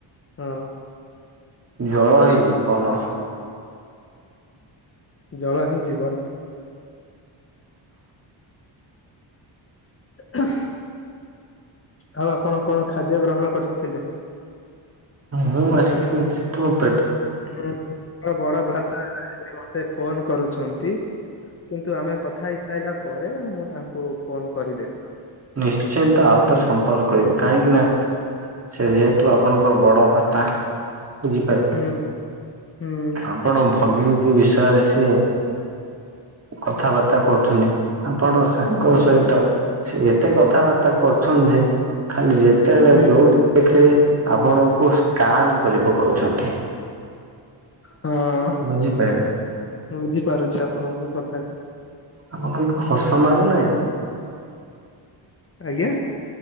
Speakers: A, on the left; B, on the right.
A: ହଁ
B: ଜଳ ହିଁ ଜୀବନ।
A: ଜଳ ହିଁ ଜୀବନ। <inaudible> ଆଉ ଆପଣ କଣ ଖାଦ୍ୟ ଗ୍ରହଣ କରିଥିଲେ।
B: ମୁଁ ଆସିକି ବସିିଛି।
A: ହୁଁ ମ ବଡ ଭ୍ରାତା ଏବେ ମତେ ଫୋନ କରୁଛନ୍ତି। କିନ୍ତୁ ଆମେ କଥା ହେଇସାଇଲା ପରେ ମୁଁ ତାଙ୍କୁ ଫୋନ କରିଦେବି।
B: ନିଶ୍ଚିନ୍ତ ଆଉଥରେ ସମ୍ପର୍କ କରିବେ କାହିଁକି ନା ସେ ଯେହେତୁ ଆ ଆପଣଙ୍କ ବଡ ଭ୍ରାତା ବୁଝିପାରିଲେ
A: ହୁଁ ହୁଁ
B: ଆପଣ ଭଗିନୀ ବିଷୟରେ ସିଏ କଥାବାର୍ତ୍ତା କରୁଛନ୍ତି ଆପଣଙ୍କ ସାଙ୍ଗ
A: ହୁଁ
B: ସହିତ ସେ ଏତେ କଥାବାର୍ତ୍ତା କରୁଛନ୍ ଯେ ଖାଲି ଯେ ଯେତେବେଳେ
A: ହୁଁ
B: ଯୋଉଠି ଦେଖିଲେ ଆପଣଙ୍କୁ ସ୍କାନ କରି ପକଉଛନ୍ତି।
A: ହଁ
B: ବୁଝିପାରିଲେ
A: ବୁଝିପାରୁଛି ଆପଣଙ୍କ କଥାକୁ।
B: ଆପଣଙ୍କୁ ହସ ମାଡୁନାହିଁ।
A: ଆଜ୍ଞା।